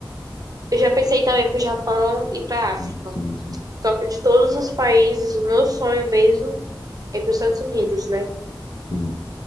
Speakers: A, on the right; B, on the left.
A: eu já pensei também pro Japão e pra
B: Sim,
A: África.
B: sim,
A: Só que de todos os países, o meu sonho mesmo é pros Estados Unidos, né?
B: sim.